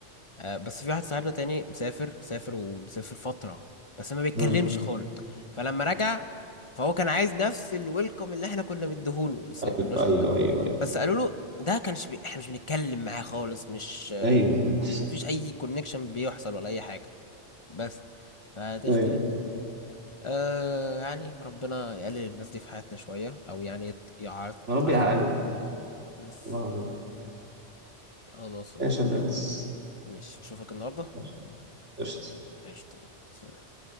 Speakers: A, on the left (about 30°); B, on the right (about 85°).
A: آه، بس في واحد صاحبنا تاني مسافر سافر ومسافر فترة بس ما بيتكلمش
B: امم
A: خالص فلما رجع فهو كان عايز نفس الويلكم اللي احنا كنا مديهوله
B: ايوه
A: للشخص
B: ايوه ايوه
A: بس قالوا له ده كانش بي... احنا مش بنتكلم معاه خالص مش آه،
B: ايوه
A: مفيش اي كونكشن بيحصل ولا اي حاجه بس فدي
B: ايوه
A: اختلاف آه يعني ربنا يقلل الناس دي في حياتنا شويه او يعني يت- يعط
B: يا رب
A: عط-
B: يعقله
A: بس
B: والله العظيم
A: خلاص
B: ماشي يا برنس
A: مش اشوفك النهارده
B: ماشي قشطة
A: قشطة سلام.